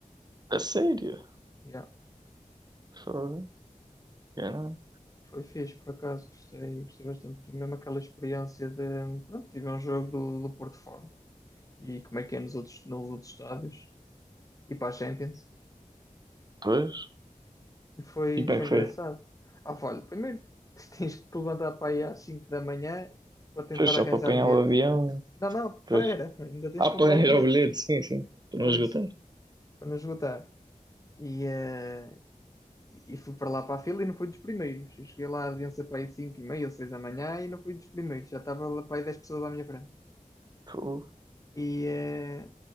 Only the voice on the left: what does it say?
Yeah.
Foi fixe, por acaso, gostei, gostei bastante. Foi mesmo aquela experiência de, pronto, tive um jogo do, do Porto fora. E como é que é nos outros, nos outros estádios. E para a Champions.
E foi,
foi
engraçado.
Ah, pá, olha, primeiro <laughs> tens que te levantar para aí às 5 da manhã para tentar
arranjar
bilhete.
Não, é? não, não, pera,
ainda tens
que
comprar
o bilhete.
Pois,
para não esgotar. E, eh, e fui para lá para a fila e não fui dos primeiros. Eu cheguei lá a vencer para aí 5 e meia ou 6 da manhã e não fui dos primeiros. Já estava lá para aí 10 pessoas à minha frente.
E, eh,